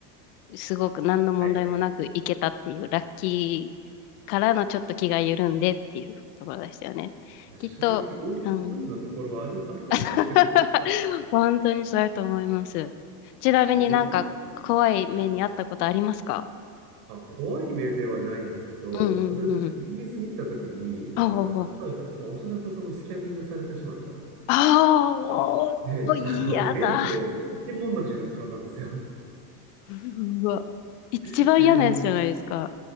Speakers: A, on the left; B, on the right.
A: すごく何の問題もなく行けたっていう、
B: はいはいはい。
A: ラッキーからのちょっと気が緩んでっていうところでしたよね。きっと、
B: 正直、運、
A: うん。
B: 運のところはある、あると思うんですけどね。
A: <laughs>
B: <laughs> なんか
A: 本当にそうやと思います。ちなみになんか怖い目にあったことありますか
B: いや僕、はいあ、怖い目ではないんですけど、
A: うんうんうん。
B: それこそイギリスに行った時に、
A: ああ
B: あの、カナダの方、まあ、おそらくそのスキャミングされてしまった。
A: ああ、もう、
B: で、
A: 嫌だ。
B: あの、現地で一文無しになってしまったんですよ。
A: うわ。一番嫌なやつじゃないですか。
B: <laughs> っていう。